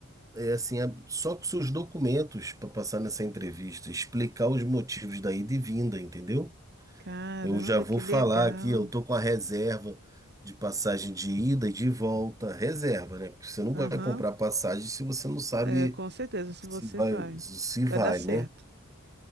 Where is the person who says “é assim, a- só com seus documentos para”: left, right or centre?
Right